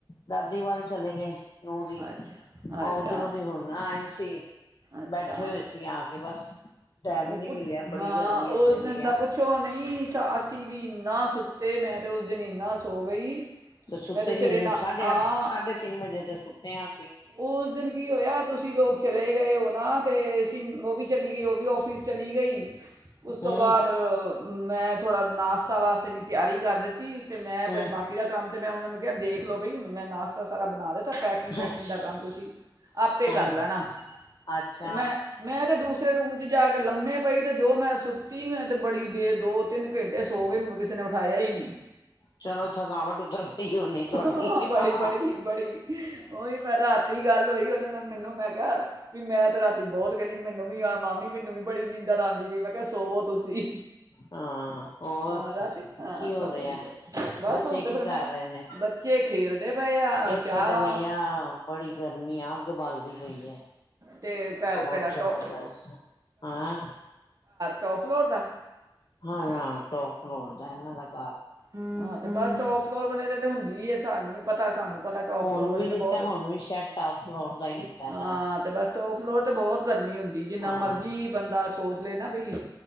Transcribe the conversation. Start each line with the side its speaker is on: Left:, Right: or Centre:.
Left: ਦਾਦੀ ਵੱਲ ਚਲੇ ਗਏ ਨੂੰਹ ਦੀ
Right: ਅੱਛਾ ਅੱਛਾ
Left: ਉਧਰੋਂ ਦੀ ਹੁਣ ਨਾ ਆਈ ਸੀ
Right: ਅੱਛਾ
Left: ਬੈਠੇ ਹੋਏ ਸੀ ਆ ਕੇ ਬਸ ਟਾਈਮ
Right: ਉਹ
Left: ਹੀ ਨਹੀਂ
Right: ਪੁ
Left: ਮਿਲਿਆ ਬੜੀ
Right: ਹਾਂ
Left: ਗਰਮੀ ਇੱਥੇ
Right: ਉਸ
Left: ਪਈ
Right: ਦਿਨ ਦਾ
Left: ਆ
Right: ਪੁੱਛੋ ਨਹੀਂ ਅਸੀਂ ਵੀ ਇੰਨਾ ਸੁੱਤੇ ਮੈਂ ਤਾਂ ਉਸ ਦਿਨ ਇੰਨਾ ਸੋ ਗਈ
Left: ਤੇ ਸੁੱਤੇ
Right: ਮੈਂ ਸਿਰੇ
Left: ਕਿੰਨੇ
Right: ਨਾ
Left: ਸਾਢੇ
Right: ਹਾਂ
Left: ਅੱਠ ਸਾਢੇ ਤਿੰਨ ਵਜੇ ਦੇ ਸੁੱਤੇ ਹ ਅਸੀਂ
Right: ਉਸ ਦਿਨ ਕੀ ਹੋਇਆ ਤੁਸੀਂ ਲੋਕ ਚਲੇ ਗਏ ਉਹ ਨਾ ਤੇ ਅਸੀ ਵੀ ਚਲੀ ਗਈ ਉਹ ਵੀ ਆਫਿਸ ਫਿਸ ਚਲੀ ਗਈ ਉਸ
Left: ਹੂੰ
Right: ਤੋਂ ਬਾਅਦ ਮੈਂ ਥੋੜ੍ਹਾ ਨਾਸ਼ਤਾ ਵਾਸਤੇ ਦੀ ਤਿਆਰੀ ਕਰ ਦਿੱਤੀ ਅਤੇ ਮੈਂ
Left: ਹੂੰ
Right: ਫਿਰ ਬਾਕੀ ਦਾ ਕੰਮ ਤਾਂ ਮੈਂ ਉਹਨਾਂ ਨੂੰ ਕਿਹਾ ਦੇਖ ਲਓ ਬਾਈ ਹੁਣ ਮੈਂ ਨਾਸ਼ਤਾ ਸਾਰਾ ਬਣਾ ਦਿੱਤਾ ਪੈਕਿੰਗ ਵੈਕਿੰਗ
Left: ਅੱਛ
Right: ਦਾ ਕੰਮ ਤੁਸੀਂ ਆਪੇ
Left: ਹਾਂਜੀ
Right: ਕਰ ਲੈਣਾ ਅਤੇ
Left: ਅੱਛਾ
Right: ਮੈਂ ਮੈਂ ਤਾਂ ਦੂਸਰੇ ਰੂਮ 'ਚ ਜਾ ਕੇ ਲੰਮੇ ਪਈ ਤੇ ਜੋ ਮੈਂ ਸੁੱਤੀ ਮੈਂ ਤੇ ਬੜੀ ਦੇਰ ਦੋ ਤਿੰਨ ਘੰਟੇ ਸੋ ਗਏ ਮੈਨੂੰ ਕਿਸੇ ਨੇ ਉਠਾਇਆ ਹੀ ਨਹੀਂ
Left: ਚਲੋ ਥਕਾਵਟ ਉਤਰ ਗਈ ਹੋਣੀ ਤੁਹਾਡੀ
Right: ਹਾਂ ਬੜੀ
Left: ਹਾਂ
Right: ਬੜੀ ਬੜੀ ਉਹੀ ਮੈਂ ਰਾਤੀ ਗੱਲ ਹੋਈ ਉਹਦੇ ਨਾਲ ਮੈਨੂੰ ਮੈਂ ਵੀ ਮੈਂ ਤੇ ਰਾਤੀ ਬਹੁਤ ਕਹਿੰਦੀ ਮੈਨੂੰ ਵੀ ਮਾਮੀ ਮੈਨੂੰ ਵੀ ਬੜੀ ਨੀਂਦਰ ਆਉਂਦੀ ਪਈ ਮੈਂ ਕਿਹਾ ਸੋਵੋ ਤੁਸੀਂ
Left: ਹਾਂ ਹੋਰ
Right: ਹਾਂ ਰਾਤੀ ਹਾਂ
Left: ਕੀ ਹੋ
Right: ਸਭ
Left: ਰਿਹਾ
Right: ਵਧੀਆ ਬਸ
Left: ਬੱਚੇ
Right: ਹੁਣ ਤੇ
Left: ਕੀ
Right: ਫਿਰ
Left: ਕਰ
Right: ਮੈਂ
Left: ਰਹੇ ਨੇ
Right: ਬੱਚੇ ਖੇਲਦੇ ਪਏ ਆ
Left: ਇੱਥੇ
Right: ਚਾਹ
Left: ਤੇ
Right: ਵਾ
Left: ਬਈਆ ਬੜੀ ਗਰਮੀ ਆ ਅੱਗ ਬਾਲ ਹੋਈ ਹੈ
Right: ਤੇ ਕ-
Left: ਬਹੁਤ
Right: ਕਿਹੜਾ
Left: ਜਬਰਦਸਤ
Right: ਟੋ
Left: ਹਾਂ
Right: ਟੋਪ ਫਲੋਰ ਦਾ?
Left: ਹਾਂ ਹਾਂ ਟੋਪ ਫਲੋਰ ਦਾ ਇਹਨਾਂ ਦਾ ਘਰ
Right: ਹਾਂ ਤੇ ਬਸ ਟੋਪ ਫਲੋਰ ਵਾਲੇ ਤਾਂ ਤੇ ਹੁੰਦੀ ਹੀ ਸਾਨੂੰ ਵੀ ਪਤਾ ਸਾਨੂੰ ਪਤਾ ਟੋਪ
Left: ਹੁਣ
Right: ਫਲੋਰ ਵਾਲੇ
Left: ਵੀ ਲਿੱਤਾ
Right: ਤੇ ਬਹੁਤ
Left: ਹੁਣ ਵੀ ਸ਼ਾਇਦ ਟੋਪ ਫਲੋਰ ਦਾ ਹੀ ਲਿੱਤਾ ਇਹਨਾਂ
Right: ਹਾਂ
Left: ਨੇ
Right: ਤੇ ਬਸ ਟੋਪ ਫਲੋਰ ਤੇ ਬਹੁਤ ਗਰ ਗਰਮੀ ਹੁੰਦੀ ਜਿੰਨਾ
Left: ਹਾਂ
Right: ਮਰਜ਼ੀ ਬੰਦਾ ਸੋਚ ਲਏ ਨਾ ਵੀ